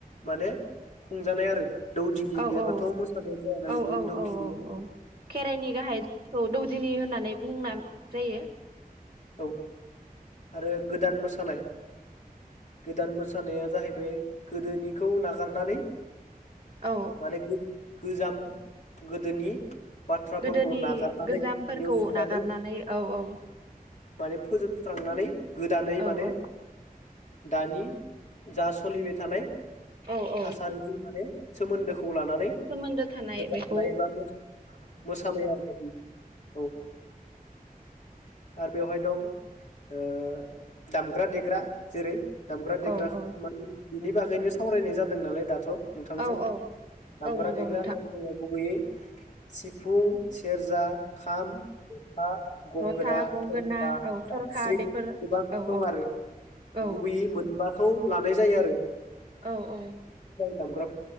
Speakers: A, on the left (about 50°); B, on the right (about 35°).
A: माने खुंजानाय आरो दौदिनि
B: औ
A: गैयाबाथ'
B: औ
A: मोसानायानो जाया नालाय
B: औ औ
A: दौदिनिनि
B: औ औ औ खेराइनि गाहाइखौ दौदिनि होननानै बुंना जायो।
A: औ आरो गोदान मोसानाय गोदान मोसानाया जाहैबाय गोदोनिखौ नागारनानै
B: औ
A: माने गो गोजाम गोदोनि बाथ्राफोरखौ
B: गोदोनि
A: नागारनानै
B: गोजामफोरखौ
A: नेवसिनानै
B: नागारनानै औ औ।
A: माने फोजोबस्रांनानै गोदानै
B: औ
A: माने
B: औ
A: दानि जा सोलिबाय थानाय
B: औ औ
A: थासारिजों माने सोमोन्दोख खौ लानानै
B: सोमोन्दो थानाय
A: रोजाबनाय
B: बेखौ
A: बा मोसानाय मोसानाय आरो औ आरो बेवहाय दं ओ दामग्रा देग्रा। जेरै दामग्रा देग्राखो
B: औ औ
A: मानि बिनि बागैनो सावरायनाय जादों नालाय दाथ' नोंथांजों
B: औ औ
A: दामग्रा
B: औ नंगौ
A: देग्रा
B: नोंथां
A: होननानै बुङोब्ला गुबैयै सिफुं सि सेरजा, खाम, जथा, गंगोना
B: जथा गंगोना
A: दा
B: औ थरखा
A: जाबस्रिं
B: बेफोर
A: गोबां
B: औ
A: दं
B: औ
A: आरो
B: औ
A: गुबैयै मोनबाखौ लानाय जायो आरो
B: औ औ
A: दामग्रा